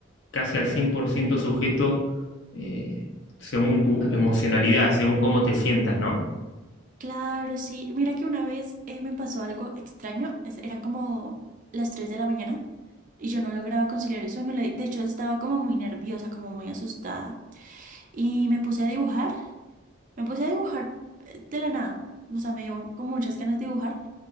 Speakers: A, on the left; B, on the right.
A: casi al 100% sujeto eh, según tu emocionalidad, según cómo te sientas, ¿no?
B: Claro, sí. Mira que una vez eh, me pasó algo extraño, es- eran como las 3 de la mañana. Y yo no lograba conciliar el sueño, le- de hecho estaba como muy nerviosa, como muy asustada. Y me puse a dibujar Me puse a dibujar eh, de la nada, o sea, me dio como muchas ganas de dibujar